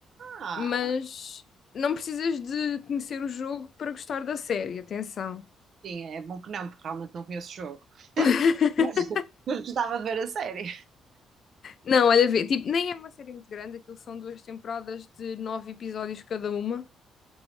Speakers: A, on the right; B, on the left.
A: Ah,
B: mas não precisas de conhecer o jogo para gostar da série, atenção.
A: sim, é bom que não, porque realmente não conheço o jogo.
B: <laughs>
A: Mas <laughs> mas gostava de ver a série.
B: Não, olha, vê, tipo, nem é uma série muito grande, aquilo são duas temporadas de nove episódios cada uma.